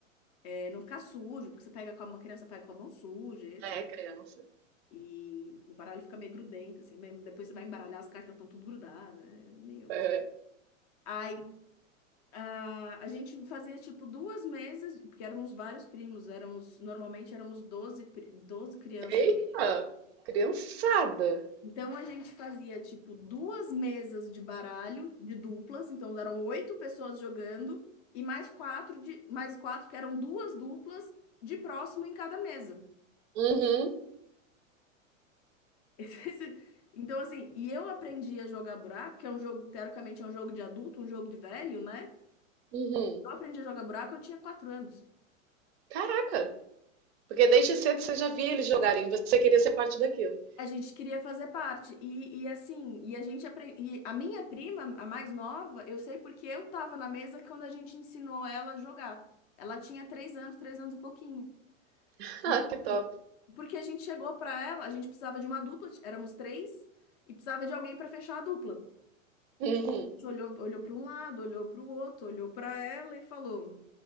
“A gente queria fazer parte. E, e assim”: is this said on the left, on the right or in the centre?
Left